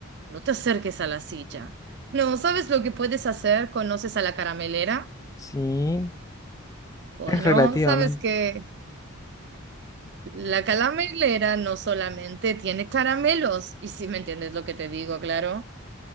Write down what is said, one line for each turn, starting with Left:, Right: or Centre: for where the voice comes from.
Right: no te acerques a la silla. No, ¿sabes lo que puedes hacer? ¿Conoces a la caramelera?
Left: Sí,
Right: Bueno,
Left: es relativamente...
Right: sabes que la caramelera no solamente tiene caramelos, y si me entiendes lo que te digo, claro.